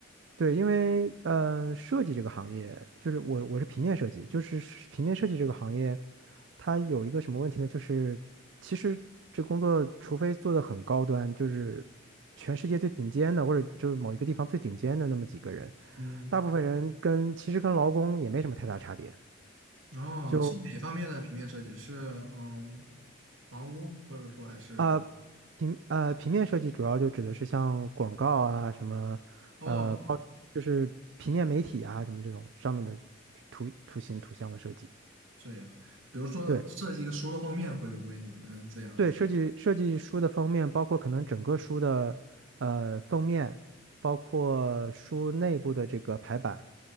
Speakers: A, on the right; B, on the right.
A: 对，因为呃，设计这个行业，就是我我是平面设计，就是是平面设计这个行业，它有一个什么问题呢？就是其实这工作，除非做的很高端，就是全世界最顶尖的，或者就是某一个地方最顶尖的那么几个人，
B: 嗯，
A: 大部分人跟其实跟劳工也没什么太大差别。
B: 哦，
A: 就
B: 是哪方面的平面设计？是嗯房屋，或者说还是
A: 啊、呃平呃平面设计主要就指的是像广告啊什么，
B: 哦
A: 呃报就是平面媒体啊什么这种上面的图图形图像的设计。
B: 这样，比如说设计一个书的封面归不归你们这样子？
A: 对对，设计设计书的封面，包括可能整个书的呃封面，包括书内部的这个排版，